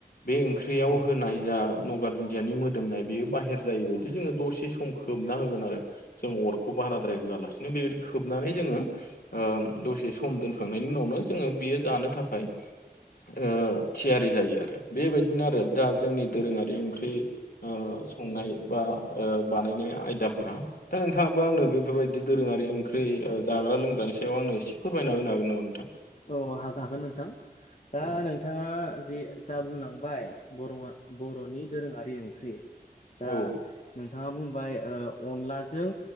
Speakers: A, on the left (about 65°); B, on the left (about 45°).
A: बे ओंख्रियाव होनाय
B: औ
A: जा नगा दुन्दियानि मोदोमनाय बेयो बाहेर जायो जोङो दसे सम खोमना होगोन आरो जों अरखौ बाराद्राय होआलासिनो बेबायदि खोबनानै जोङो ओ दसे सम दोनखांनायनि उनावनो जोङो बेयो जानो थाखाय ओ थियारि जायो आरो बेबायदिनो आरो दा जोंनि दोरोङारि ओंख्रि संनाय बा बानायनाय आयदाफोरा दा नोंथाङाबो आंनो बेफोरबायाददि दोरोङारि ओंख्रि जाग्रा लोंग्रानि सायाव आंनो एसे फोरमायना होनो हागोन नामा नोंथां?
B: औ हागोन हागोन नोंथां। दा
A: औ
B: नों बिथाङा जे जा बुंलांबाय बर' बर'नि दोरोङारि ओंख्रि जा
A: औ
B: नोंथाङा बुंबाय ओ अनलाजों